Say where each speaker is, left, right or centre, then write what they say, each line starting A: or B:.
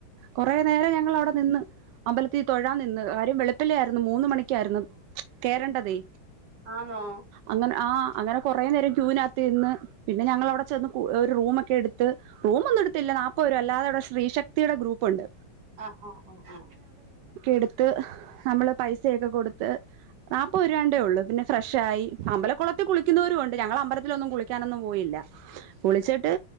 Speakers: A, on the right (about 75°); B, on the right (about 55°).
A: കുറേനേരം ഞങ്ങൾ അവടെ നിന്ന് അമ്പലത്തി- തൊഴാനിന്ന് കാര്യം വെളപ്പില്ലെയാര്ന്ന് മൂന്ന് മണിക്ക്യാര്ന്ന് കേറണ്ടതെ
B: ആണോ
A: അങ്ങനെ ആഹ് അങ്ങനെ കൊറേനേരം ക്യൂനാത് ന്ന് പിന്നെ ഞങ്ങൾ അവിടെ ചെന്ന് കു ഒരു റൂമൊക്കെ എട്ത്ത് റൂമൊന്നും എടുത്തില്ല നാപ്പരു അല്ലാതെ അവിടെ ശ്രീശക്തിടെ ഗ്രൂപ്പൊണ്ട്
B: ആഹ് ആഹ് ആഹ് ആഹ്
A: എടുത്ത് നമ്മള് പൈസയൊക്കെ കൊടുത്ത് നാപ്പരുരാണ്ടേ ഒള്ളൂ പിന്നെ ഫ്രഷായി അമ്പലക്കൊളത്തി കുളിക്കുന്നോരുവൊണ്ട് ഞങ്ങളമ്പലത്തി- ലൊന്നും കുളിക്കാനൊന്നും പോയില്ല കുളിച്ചെട്ട്